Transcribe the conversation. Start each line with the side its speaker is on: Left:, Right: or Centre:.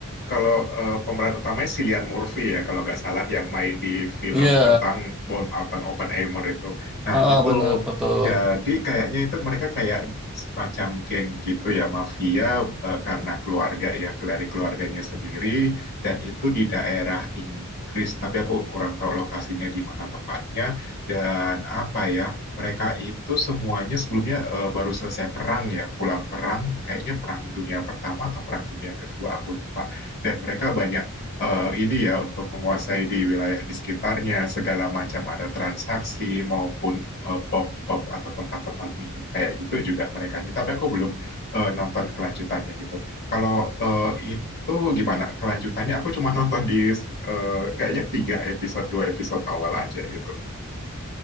Left: kalau eh, pemeran utamanya si Cillian Murphy ya, kalau nggak salah yang main di film
Centre: Iya,
Left: tentang Bom Alton Oppenheimer itu. Nah
Centre: ah,
Left: itu
Centre: bener betul.
Left: jadi kayaknya itu mereka kayak semacam geng gitu ya, mafia eh, karena keluarga ya, dari keluarganya sendiri. Dan itu di daerah Inggris, tapi aku kurang tahu lokasinya di mana tepatnya dan apa ya, mereka itu semuanya sebelumnya eh, baru selesai perang ya, pulang perang, kayaknya perang dunia pertama atau perang dunia kedua, aku lupa. Dan mereka banyak eh, ini ya untuk menguasai di wilayah di sekitarnya, segala macam ada transaksi maupun eh, pub-pub atau tempat-tempat minum kayak gitu juga mereka ini. Tapi aku belum eh, nonton kelanjutannya gitu. Kalau eh, itu tuh gimana kelanjutannya? Aku cuma <laughs> nonton di eh, kayaknya tiga episode, dua episode awal aja gitu.